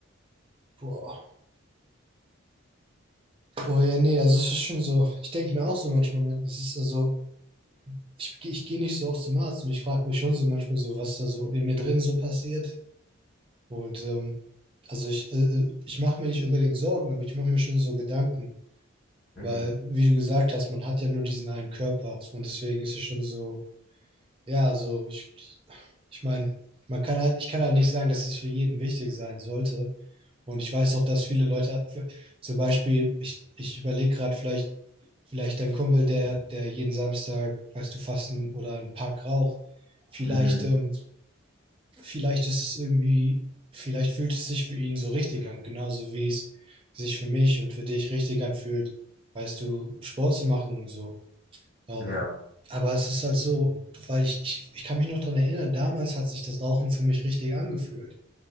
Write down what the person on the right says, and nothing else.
Boah. Boah, ja, nee, also es ist schon so. Ich denke mir auch so manchmal, man, es ist also, ich, geh- ich gehe nicht so oft zum Arzt und ich frage mich schon so manchmal so, was da so in mir drin so passiert. Und ähm, also ich, äh, äh, ich mache mir nicht unbedingt Sorgen, aber ich mache mir schon so Gedanken,
weil, wie du gesagt hast, man hat ja nur diesen einen Körper und deswegen ist es schon so, ja, so ich, ich meine, man kann halt, ich kann halt nicht sagen, dass es für jeden wichtig sein sollte. Und ich weiß auch, dass viele Leute, für, zum Beispiel, ich, ich überlege gerade vielleicht, vielleicht dein Kumpel, der, der jeden Samstag, weißt du, fasten oder einen Pack raucht, vielleicht
ähm, vielleicht ist es irgendwie, vielleicht fühlt es sich für ihn so richtig an, genauso wie es sich für mich und für dich richtig anfühlt, weißt du, Sport zu machen und so. Ähm,
aber es ist halt so, weil ich, ich, ich kann mich noch dran erinnern, damals hat sich das Rauchen für mich richtig angefühlt,